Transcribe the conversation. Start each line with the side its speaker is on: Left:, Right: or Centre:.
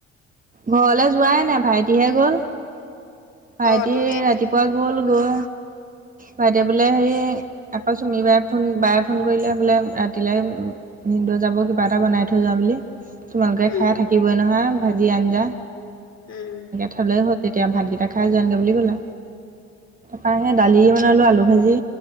Right: ঘৰলৈ যোৱাই নাই ভাইটিহে গ'ল। ভাইটি
Left: অ তুমি
Right: ৰাতিপুৱা গ'ল গৈ বাইদেউ বোলে হেৰি আকৌ চুমি বাৰ ফোন বায়ে ফোন কৰিলে বোলে ৰাতিলেলৈ ভিনদ' যাব কিবা এটা বনাই থৈ যোৱা বুলি তোমালোকে
Left: উম
Right: খাই থাকিবই নহয় ভাজি আঞ্জা।
Left: উম।
Right: থলে হ'ল তেতিয়া ভাতকেইটা খাই যামগে বুলি ক'লে তাৰ সে দালি মানে বনালো আলু ভাজি